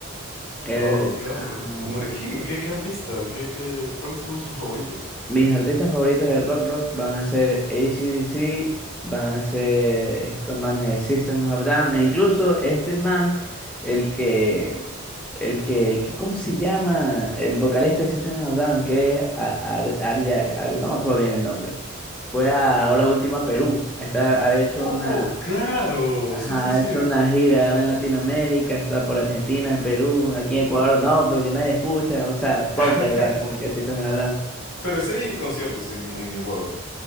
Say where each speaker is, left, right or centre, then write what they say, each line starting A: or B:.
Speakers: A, in the centre; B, on the left.
A: El,
B: Rock, claro.
A: ah,
B: ¿Como
A: el-
B: de quién? ¿Qué, qué artista? ¿Qué, qué, cuáles son los tus favoritos?
A: mis artistas favoritos del rock rock van a ser AC/DC, van a ser estos manes de System of a Down, e incluso este man, el que, el que, el que, ¿cómo se llama? El vocalista de System of a Down, que es a- Ar- Arya- Ar- no me acuerdo bien el nombre. Fue a- ahora último a Perú. Está, ha hecho
B: Oh,
A: una,
B: claro,
A: Ajá,
B: sí, sí, sí.
A: ha hecho una gira ahora en Latinoamérica, está por Argentina, en Perú, aquí en Ecuador, no, porque nadie escucha, o sea, poco
B: <laughs>
A: ya como que así están hablando.
B: Pero sí hay conciertos en, en Ecuador.